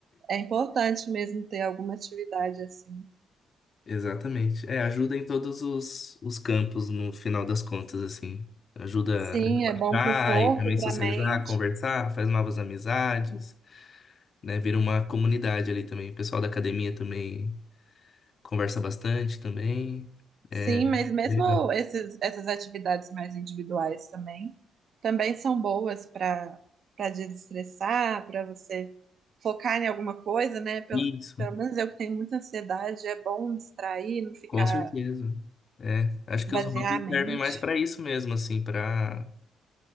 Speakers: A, on the right; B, on the left.
A: É importante mesmo ter alguma atividade assim.
B: Exatamente. É, ajuda em todos os, os campos, no final das contas, assim. Ajuda
A: Sim,
B: a relaxar
A: é bom para o corpo,
B: e também
A: para
B: socializar,
A: a mente.
B: conversar, faz novas amizades, né? Vira uma comunidade ali também. O pessoal da academia também conversa bastante também.
A: Sim,
B: É, é
A: mas mesmo
B: legal.
A: esses, essas atividades mais individuais também, também são boas para para desestressar, para você focar em alguma coisa, né? Pelo,
B: Isso.
A: pelo menos eu que tenho muita ansiedade, é bom distrair, não ficar
B: Com certeza. É, acho que
A: vaziar
B: os hobbies
A: a mente.
B: servem mais para isso mesmo, assim, para